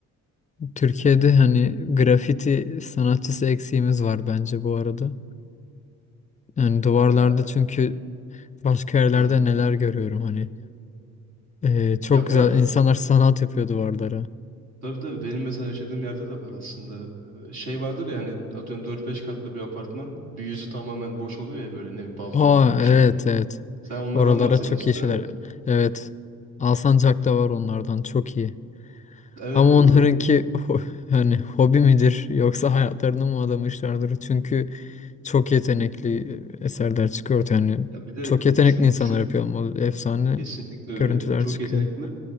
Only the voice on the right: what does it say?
Ya,
hı.
Ya
var.
Tabii tabii benim mesela yaşadığım yerde de var aslında. Ee, Şey vardır ya hani atıyorum dört beş katlı bir apartman. Bir yüzü tamamen boş oluyor ya böyle ne bileyim balkon
yok bir
şey yok.
Sen onlardan
bahsediyorsun
değil mi?
Evet
doğru.
Ya bir de
şunu
düşün.
Kesinlikle öyle.
Çok
yetenekli.